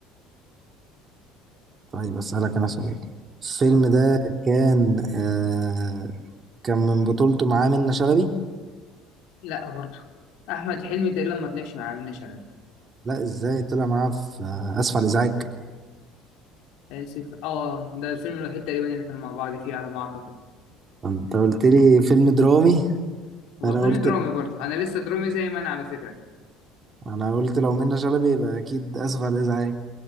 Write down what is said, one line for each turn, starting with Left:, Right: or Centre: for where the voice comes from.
Right: طيب أسألك أنا سؤال الفيلم
Left: برضه
Right: ده كان آه كان من بطولته معاه منة شلبي؟
Left: لا برضه احمد حلمي تقريبا ما طلعش مع منة شلبي
Right: لا إزاي طلع معاه في آه آسف على الإزعاج
Left: اسف اه ده الفيلم الوحيد تقريبا اللي كانوا مع بعض فيه على ما اعتقد
Right: أنت قلت لي فيلم درامي
Left: هو
Right: أنا
Left: فيلم
Right: قلت
Left: درامي برضه انا لسه درامي زي ما انا على فكره
Right: أنا قلت لو منة شلبي يبقى أكيد آسف على الإزعاج